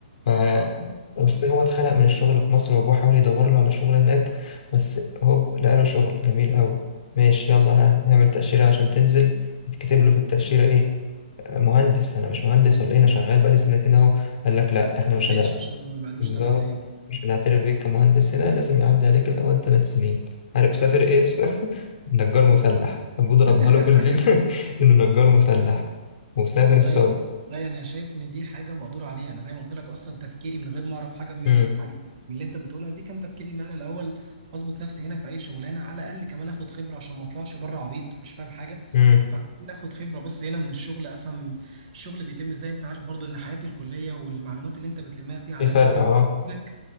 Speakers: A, on the left (about 65°); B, on the right (about 50°).
A: ف
B: اه
A: بس هو اتخنق من الشغل في مصر وأبوه حاول يدور له على شغل هناك بس هوب لقى له شغل جميل أوي ماشي يلا ها نعمل تأشيرة عشان تنزل يتكتب له في التأشيرة إيه آه، مهندس أنا مش مهندس ولا إيه أنا شغال بقالي سنتين أهو قال لك لأ
B: ما اتكتبتش
A: إحنا مش هنعمل
B: عشان ما بقالوش
A: بالظبط
B: ثلاث سنين
A: عشان اعترف بيك كمهندس هنا لازم يعدي عليك الاول ثلاث سنين عارف سافر ايه <laughs> نجار مسلح ابوه ضربها
B: <laughs>
A: له في الفيزا <laughs> انه نجار مسلح وسافر
B: والله
A: السعودية
B: لا يعني انا شايف ان دي حاجه مقدور عليها انا زي ما قلت لك اصلا تفكيري من غير ما اعرف حاجه من
A: امم
B: حاجه من اللي انت بتقولها دي كان تفكيري ان انا الاول اظبط نفسي هنا في اي شغلانه على الاقل كمان اخد خبره عشان ما اطلعش بره عبيط مش فاهم حاجه
A: امم
B: فاخد خبره بس هنا من الشغل افهم الشغل بيتم ازاي انت عارف برضو ان حياه الكليه والمعلومات اللي انت بتلمها فيها على
A: في فرق
B: قد ما
A: اه
B: هي بتفيدك